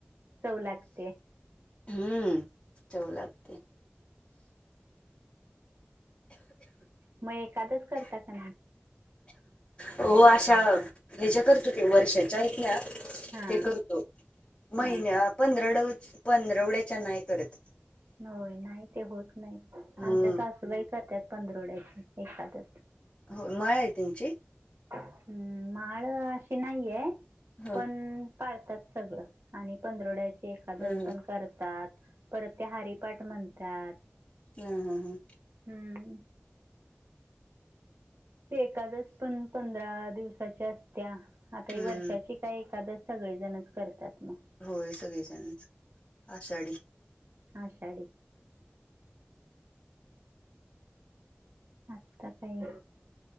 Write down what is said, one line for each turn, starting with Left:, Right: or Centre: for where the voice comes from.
Right: चव लागते
Left: हम्म चवलगते
Right: मग एखादंच करता का नाही
Left: हो अशा हे ज करतो ते वर्षाच्या इथल्या
Right: हा
Left: ते करतो महिन्यात
Right: हा
Left: पंधराड पंधरवड्याच्या नाही करत
Right: होय नाही ते होत नाही
Left: हम्म
Right: आमच्या सासूबाई करतात पंधरवड्याची एखादस
Left: हो मळ आहे त्यांची
Right: हम्म माळ अशी नाहीये
Left: हो.
Right: पण पाळतात सगळं आणि पंधरड्याचे एकादस
Left: हम्म
Right: पण करतात परत त्या हारीिपाठ म्हणतात
Left: हम हम हा
Right: हम्म एखादच पण पंधरा दिवसाच्या असत्या आता ही
Left: हम्म
Right: वर्षाची का एखाद सगळेजणच करतात मग
Left: होय सगळेजण आषाढी
Right: हा शाडी आत्ता काय